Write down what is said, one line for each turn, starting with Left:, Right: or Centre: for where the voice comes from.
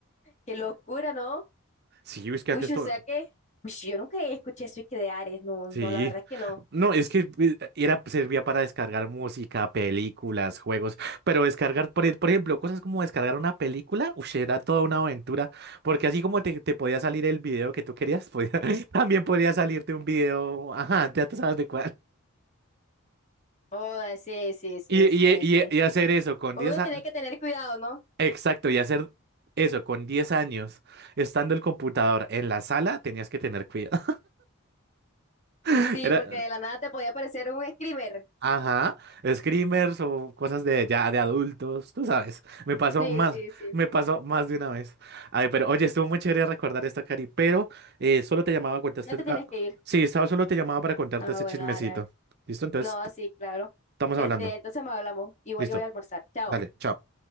Left: Qué locura, ¿no?
Right: Sí, es que
Left: Uy,
Right: antes todo.
Left: o sea que. Uy, sí, yo nunca escuché eso y que de Ares. No,
Right: Sí,
Left: no, la verdad es que no.
Right: no, es que eh, era, servía para descargar música, películas, juegos, pero descargar, por, e- por ejemplo, cosas como descargar una película, ush, era toda una aventura, porque así como te, te podía salir el video que tú querías, podía- <laughs> también podía salirte un video, ajá, ya tú sabes de cuál.
Left: Oda, sí, sí, sí,
Right: Y, y,
Left: sí,
Right: e, y,
Left: sí.
Right: e, y hacer eso con
Left: Uno
Right: 10 años,
Left: tenía que tener cuidado, ¿no?
Right: exacto, y hacer eso con 10 años, estando el computador en la sala, tenías que tener cuidado. <laughs>
Left: Sí,
Right: Era.
Left: porque de la nada te podía aparecer un screamer.
Right: Ajá, screamers o cosas de ya de adultos, tú sabes. Me pasó
Left: Sí,
Right: más,
Left: sí, sí.
Right: me pasó más de una vez. Ay, pero oye, estuvo muy chévere recordar esta, Cari, pero eh, solo te llamaba a contarte.
Left: Ya te tienes
Right: ah,
Left: que ir.
Right: sí, estaba solo te llamaba para contarte
Left: Ah,
Right: ese
Left: bueno,
Right: chismecito.
Left: dale, dale.
Right: ¿Listo? Entonces
Left: No,
Right: t-
Left: sí, claro.
Right: estamos
Left: Este,
Right: hablando.
Left: entonces me hablamos. Igual
Right: Listo.
Left: yo voy a almorzar. Chao.
Right: Dale, chao.